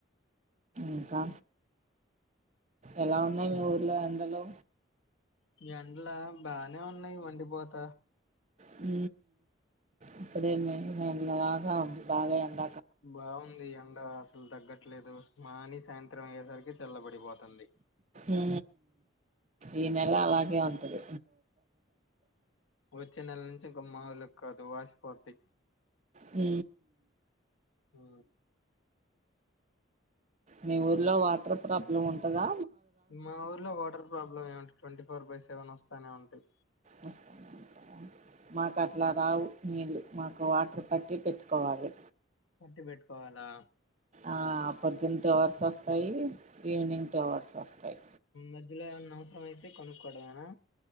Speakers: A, on the right; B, on the left.
A: ఇంకా ఎలా ఉన్నాయి మీ ఊరిలో ఎండలు
B: ఎండ్ల బానే ఉన్నాయి మండిపోత
A: హు అప్పుడే మే అవును బాగా ఎండ
B: బాగుంది ఎండ అసలు తగ్గట్లేదు మాని సాయంత్రం అయ్యేసరికి చల్లబడిపోతంది
A: ఊ ఈ నెల అలాగే ఉంటుంది
B: వచ్చే నెల నుంచి ఇంక మాములు కదు వాసిపోతది
A: హు
B: ఓ
A: మీ ఊర్లో వాటర్ ప్రాబ్లమ్ ఉంటదా
B: మా ఊర్లో వాటర్ ప్రాబ్లమ్ ఏమంటు ట్వంటీ ఫోర్ బై సెవెన్ వస్తానే ఉంటాయి
A: వస్తూనే ఉంటాయా మాకు అట్లా రావు నీళ్ళు మాకు వాటర్ పట్టి పెట్టుకోవాలి
B: పట్టి పెట్టుకోవాలా
A: ఆ పొద్దున టుఅవర్స్ వస్తాయి ఈవినింగ్ టుఅవర్స్ వస్తాయి
B: మధ్యలో ఏమన్నా అవసరం అయితే కొనుకోవడమేనా